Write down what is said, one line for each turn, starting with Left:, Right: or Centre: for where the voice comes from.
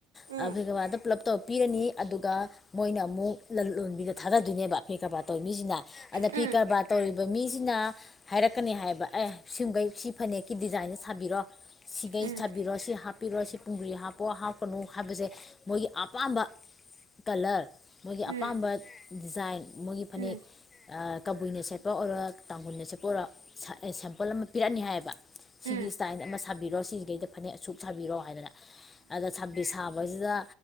Right: ꯎꯝ
Left: <unintelligible> ꯒꯋꯥꯗ ꯄꯨꯂꯞ ꯇꯧꯔ ꯄꯤꯔꯅꯤ ꯑꯗꯨꯒ ꯃꯣꯏꯅ꯫ ꯑꯃꯨꯛ ꯂꯂꯣꯟꯕꯤꯗ ꯊꯥꯗꯗꯣꯏꯅꯦꯕ ꯐꯤ ꯀꯔꯕꯥꯔ ꯇꯧꯔꯤ ꯃꯤꯁꯤꯅ ꯑꯗ
Right: ꯎꯝ
Left: ꯐꯤ ꯀꯔꯕꯥꯔ ꯇꯧꯔꯤꯕ ꯃꯤꯁꯤꯅ꯫ ꯍꯥꯏꯔꯛꯀꯅꯤ ꯍꯥꯏꯕ ꯑꯦ꯫ ꯁꯤꯡꯈꯩ ꯁꯤ ꯐꯅꯦꯛꯀꯤ ꯗꯤꯖꯥꯏꯟꯗ ꯁꯥꯕꯤꯔꯣ ꯁꯤꯈꯩ
Right: ꯎꯝ
Left: ꯁꯥꯕꯤꯔꯣ ꯁꯤ ꯍꯥꯞꯄꯤꯔꯣ ꯁꯤ ꯄꯨꯡꯒꯔꯤ ꯍꯥꯞ꯫ ꯍꯥꯞꯄꯣ ꯍꯥꯞꯀꯅꯨ ꯍꯥꯏꯕꯁꯦ ꯃꯣꯏꯒꯤ ꯑꯄꯥꯝꯕ ꯀꯂꯔ꯫ ꯃꯣꯏꯒꯤ
Right: ꯎꯝ
Left: ꯑꯄꯥꯝꯕ ꯗꯤꯖꯥꯏꯟ ꯃꯣꯏꯒꯤ ꯐꯅꯦꯛ
Right: ꯎꯝ ꯎꯝ
Left: ꯑꯥ꯫ ꯀꯕꯨꯏꯅ ꯁꯦꯠꯄ ꯑꯣꯏꯔꯣ ꯇꯥꯡꯈꯨꯜꯅ ꯁꯦꯠꯄ ꯑꯣꯏꯔꯣ ꯁꯦꯝꯄꯜ ꯑꯃ ꯄꯤꯔꯛꯅꯤ ꯍꯥꯏꯌꯦꯕ꯫ ꯁꯤꯒꯤ
Right: ꯎꯝ ꯎꯝ ꯎꯝ
Left: ꯏꯁꯇꯥꯏꯜ ꯑꯃ ꯁꯥꯕꯤꯔꯣ ꯁꯤꯈꯩꯗ ꯐꯅꯦꯛ ꯑꯁꯨꯛ ꯁꯥꯕꯤꯔꯣ ꯍꯥꯏꯗꯅ ꯑꯗꯁꯕꯤ ꯁꯥ꯫ ꯁꯤꯗꯩ ꯁꯤꯗ